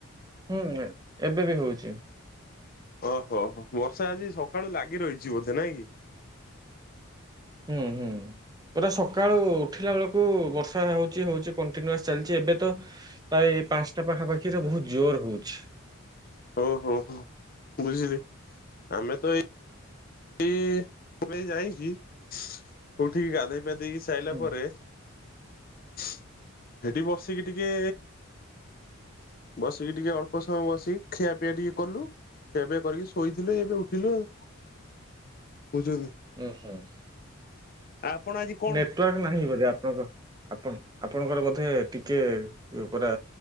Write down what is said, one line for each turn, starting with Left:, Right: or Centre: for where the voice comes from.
Right: ହୁଁ ଏବେ ବି ହଉଛି।
Left: ଓହୋ ହୋ ବର୍ଷା ଆଜି ସକାଳୁ ଲାଗି ରହିଛି ବୋଧେ ନାଇଁ କି?
Right: ହୁଁ ହୁଁ। ପା ସକାଳୁ ଉଠିଲା ବେଳକୁ ବର୍ଷା ହଉଚଛି ହଉଛି କଣ୍ଟିନ୍ୟୁଆସ ଚାଲିଛି ଏବେ ତ ପ୍ରାୟ ପାଞ୍ଚଟା ପାଖାପାଖିରେ ବହୁତ ଜୋର ହଉଛି।
Left: ଓହୋ ହୋ ବୁଝିଲି ଆମେ ତ ଏଇ ଏବେ ଯାଇକି କୋଉଠିକି ଗାଧେଇପଧେଇ କି ଚାଇଲା
Right: ହୁଁ
Left: ପରେ ସେଠି ବସିକି ଟିକେ ବସିକି ଟିକେ ଅଳ୍ପ ସମୟ ବସିକି ଖିଆପିଆ ଟିକେ କଲୁ। ଏବେ କରିକି ଶୋଇଥିଲେ, ଏବେ ଉଠିଲୁ ଆଉ। ବୁଝୁନି।
Right: ଉ ହୁ।
Left: ଆପଣ ଆଜି କଣ
Right: ନେଟୱାର୍କ ନାହିଁ ବୋଧେ ଆପଣଙ୍କର। ଆପଣ ଆପଣଙ୍କର ବୋଧେ ଟିକେ ପୁରା